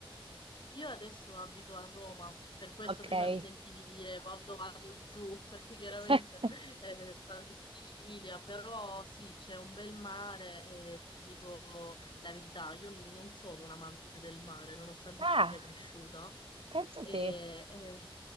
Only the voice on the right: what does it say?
Ok.
<laughs>
Ah,
pensa a
te.